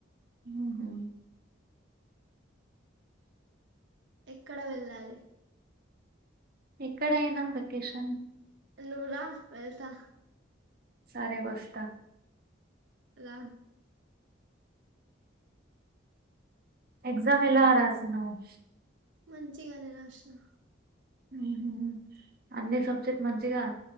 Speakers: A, on the right; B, on the right.
A: మ్మ్ హ్మ్
B: ఎక్కడ వెళ్ళాలి
A: ఎక్కడైనా వెకేషన్
B: నువ్వు రా వెళ్తా
A: సరే వస్తా
B: రా
A: ఎగ్జామ్ ఎలా రాసినావ్
B: మంచిగానే రాసిన
A: మ్మ్ హూ అన్ని సబ్జెక్ట్ మంచిగా